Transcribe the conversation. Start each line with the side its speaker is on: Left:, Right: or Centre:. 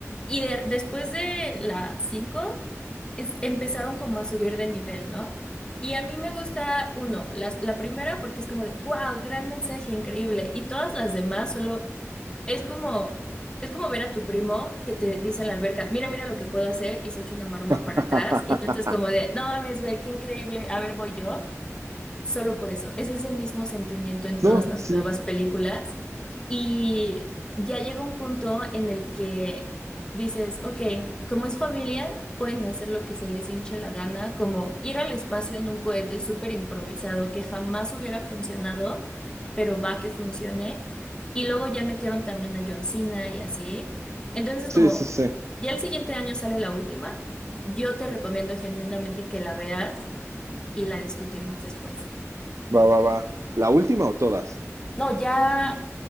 Left: Y de- después de la 5 es- empezaron como a subir de nivel, ¿no? Y a mí me gusta uno, las- la, primera porque es como de, wow, gran mensaje, increíble. Y todas las demás solo es como, es como ver a tu primo que te dice en la alberca, mira, mira lo que puedo hacer y se echa una maroma
Right: <laughs>
Left: para atrás. Y tú estás como de, no mames, güey, qué increíble, a ver, voy yo. Solo por eso, es ese mismo sentimiento en todas
Right: No,
Left: las
Right: sí.
Left: nuevas películas y ya llega un punto en el que dices, ok, como es familia, pueden hacer lo que se les hinche la gana, como ir al espacio en un cohete súper improvisado que jamás hubiera funcionado, pero va que funcione. Y luego ya metieron también a John Cena y así. Entonces,
Right: Sí,
Left: como
Right: sí, sí.
Left: ya el siguiente año sale la última, yo te recomiendo genuinamente que la veas y la discutimos después.
Right: Va, va, va. ¿La última o todas?
Left: No, ya,